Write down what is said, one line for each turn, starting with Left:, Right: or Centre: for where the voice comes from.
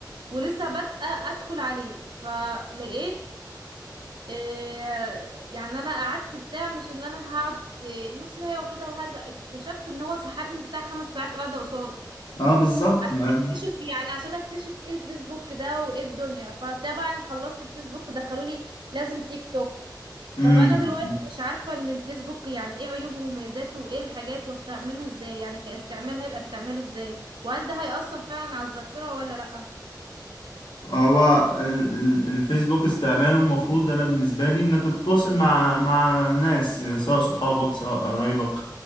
Right: ولسه بادئه ادخل عليه فلقيت آه، يعني انا قعدت بتاع مش اللي انا هقعد آه، نص ساعه وكده وهذا اكتشفت ان هو سحبني بتاع خمس ساعات قاعده قصاده
Left: اه بالظبط
Right: عشان
Left: ما
Right: اكتشف يعني عشان اكتشف ايه الفيسبوك ده وايه الدنيا فطبعا خلصت الفيسبوك دخلوا لي لازم تيك توك
Left: امم
Right: طب انا دلوقتي مش عارفة ان الفيسبوك يعني ايه عيوبه ومميزاته وايه الحاجات واستعمله ازاي يعني كاستعمال هيبقى استعماله ازاي وهل ده هيأثر فعلا على الذاكرة ولا لأ
Left: هو ال- ال- الفيسبوك استعماله المفروض انا بالنسبه لي انك بتتواصل مع مع ناس يعني سواء صحابك سواء قرايبك